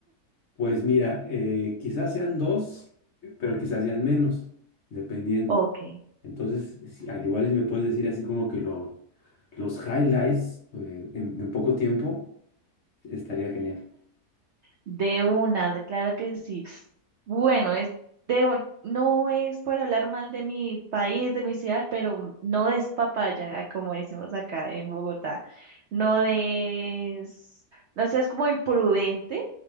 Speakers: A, on the left; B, on the right.
A: Pues mira, eh, quizás sean dos, pero quizás sean menos, dependiendo.
B: Ok.
A: Entonces, si- al igual si me puedes decir así como que lo- los highlights eh, en, en poco tiempo, estaría genial.
B: De una, claro que sí. Bueno, es de un- no es por hablar mal de mi país, de mi ciudad, pero no des papaya, ah, como decimos acá en Bogotá. No des, no seas como imprudente,